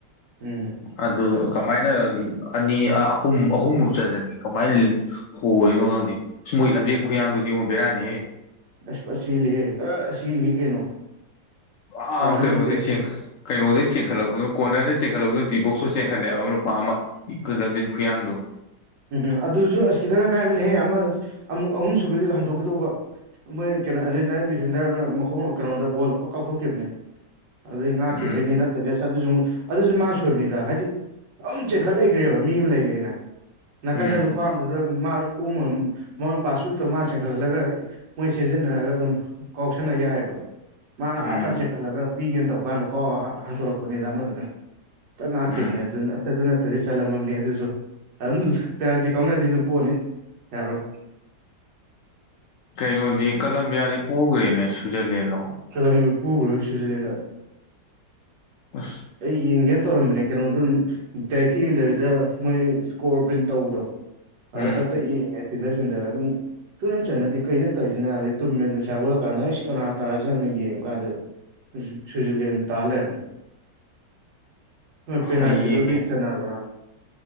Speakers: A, on the right; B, on the left.
A: ꯎꯝ
B: ꯑꯗꯨ ꯀꯃꯥꯏꯅ ꯑꯅꯤ ꯑꯥ ꯑꯍꯨꯝ ꯑꯍꯨꯝꯕꯨ ꯆꯟꯖꯟꯒꯤ ꯀꯃꯥꯏ ꯂꯤ ꯍꯣꯔꯤꯅꯣ ꯈꯪꯗꯦ ꯏꯁ ꯃꯣꯏ ꯂꯝꯖꯦꯟ
A: ꯎꯝ
B: ꯈꯨꯌꯥꯡꯗꯨꯗꯤꯉꯣ ꯕꯦꯔꯥꯅꯤꯍꯦ
A: ꯑꯁ ꯐ ꯆꯦꯜꯂꯤꯍꯦ ꯒꯔ ꯆꯦꯟꯒꯤ ꯀꯩꯅꯣ
B: ꯑꯥ
A: ꯇꯥꯟꯅ
B: ꯑꯃ ꯀꯩꯅꯣꯗꯩ
A: ꯉꯝꯗꯦ
B: ꯆꯦꯟꯈꯠ ꯀꯩꯅꯣꯗꯩ ꯆꯦꯟꯈꯠꯂꯛꯄꯗꯨꯅ ꯀꯣꯔꯅꯔꯗꯩ ꯆꯦꯟꯈꯠꯂꯛꯄꯗꯨꯅ ꯗꯤ ꯕꯣꯛꯄꯨ ꯆꯦꯟꯈꯠꯂꯛꯑꯦꯕ ꯑꯃ ꯅꯨꯄꯥ ꯑꯃ ꯏꯈ ꯀꯩ ꯂꯝꯖꯟ ꯈꯨꯌꯥꯡꯗꯣ
A: ꯎꯝ ꯑꯗꯨꯁꯨ ꯑꯁ ꯈꯤꯇꯪꯈꯛ ꯉꯥꯏꯕꯅꯦꯍꯦ ꯑꯃ ꯑꯃꯨꯛ ꯑꯍꯨꯝ ꯁꯨꯕꯩꯗꯨꯗ ꯍꯟꯇꯣꯛꯈꯤꯗꯧꯕ ꯃꯣꯏ ꯀꯩꯅꯣ ꯑꯥꯔꯖꯦꯟꯇꯥꯏꯟ ꯗꯤꯐꯦꯟꯗꯔꯗꯨꯅ ꯃꯈꯣꯡꯅ ꯀꯩꯅꯣꯗ ꯕꯣꯜꯗ ꯄꯛ ꯀꯥꯎꯊꯣꯛꯈꯤꯕꯅꯦ ꯑꯗꯩ ꯉꯥꯛꯈꯤꯕꯩꯅꯤ
B: ꯎꯝ
A: ꯅꯠꯇꯗꯤ ꯑꯁ ꯑꯗꯨꯖꯨꯃꯨꯛ ꯑꯗꯨꯁꯨ ꯃꯥꯅ ꯁꯣꯏꯕꯅꯤꯗ ꯍꯥꯏꯗꯤ ꯑꯗꯨꯝ ꯆꯦꯟꯈꯠ ꯂꯩꯒ꯭ꯔꯦꯕ ꯃꯤ ꯑꯃ ꯂꯩ ꯂꯩꯅ ꯅꯥꯀꯟꯗ
B: ꯎꯝ
A: ꯅꯨꯄꯥ ꯑꯃꯗꯨꯗ ꯃꯥ ꯏꯀꯣꯝꯃꯝ ꯃꯉꯣꯟ ꯄꯥꯁ ꯁꯨꯛ ꯇꯧꯔ ꯃꯥꯅ ꯆꯦꯟꯈꯠꯍꯜꯂꯒ ꯃꯣꯏ ꯆꯦꯟꯖꯟꯅꯔꯒ ꯑꯗꯨꯝ ꯀꯥꯎꯁꯟꯅ ꯌꯥꯏꯑꯕ ꯃꯥꯅ
B: ꯎꯝ
A: ꯑꯥ ꯇꯥꯟ ꯆꯦꯟꯈꯠꯂꯒ ꯄꯤꯒꯦꯅ ꯇꯧ ꯀꯥꯟꯗ ꯀꯥꯎ ꯍ ꯍꯟꯇꯣꯔꯛꯄꯅꯤꯗ ꯑꯃꯗꯨꯅ ꯇꯛ ꯉꯥꯛꯈꯤꯕꯅꯦ
B: ꯎꯝ
A: ꯑꯗꯨ ꯑꯁ ꯑꯗꯨ ꯅꯠꯇꯗꯤ ꯆꯜꯂꯝꯃꯝꯅꯤ ꯑꯗꯨꯁꯨ ꯑꯗꯨꯝ ꯄꯦꯅꯥꯜꯇꯤ ꯀꯥꯎꯅꯔꯗꯤ ꯑꯗꯨꯝ ꯄꯣꯅꯤ ꯌꯥꯔꯣꯏ
B: ꯀꯩꯅꯣꯗꯤ ꯀꯂꯝꯕꯤꯌꯥꯗꯤ ꯄꯨꯒ꯭ꯔꯦꯅꯦ ꯁ꯭ꯋꯤꯖꯔꯂꯦꯟꯂꯣ
A: ꯀꯂꯝꯕ꯭ꯌꯥ ꯄꯣꯒ꯭ꯔꯦ ꯍꯥꯏꯔ ꯁ꯭ꯋꯤꯖꯔꯂꯦꯟꯗ
B: ꯑꯁ
A: ꯑꯩ ꯌꯦꯡꯒꯦꯅ ꯇꯧꯔꯝꯕꯅꯦ ꯀꯩꯅꯣꯗꯗꯨꯝ ꯗꯥꯏꯔꯦꯛꯇꯤ ꯌꯦꯡꯗꯕꯤꯗ ꯃꯣꯏ ꯏꯁꯀꯣꯔ ꯄ꯭ꯔꯤꯟ ꯇꯧꯕꯗꯣ ꯑ
B: ꯎꯝ
A: ꯇꯛ ꯇꯛ ꯌꯦꯡꯉꯦ ꯆꯤꯟꯗ ꯆꯤꯟꯗꯔ ꯑꯗꯨꯝ ꯐꯨꯠ ꯑꯝ ꯆꯟꯅꯗꯦ ꯀꯩꯅꯣ ꯇꯧꯖꯤꯅ ꯑꯗꯩ ꯇꯨꯝꯃꯦ ꯑꯗꯨ ꯉꯁꯥꯏ ꯍꯧꯒꯠꯂꯀꯥꯟꯗ ꯍꯥꯏꯁ ꯀꯅꯥ ꯇꯥꯔꯖꯥꯠꯅꯣ ꯌꯦꯡꯕ ꯀꯥꯟꯗ ꯁ꯭ꯋꯤꯖꯔꯂꯦꯟ ꯇꯥ ꯂꯩꯔꯝꯃꯦ ꯍꯣꯏ ꯄꯦꯅꯥꯜꯇꯤꯗꯕꯨꯗꯤ
B: ꯍꯌꯦꯡ
A: ꯆꯥꯟꯅꯕ ꯃꯥꯜꯂꯦ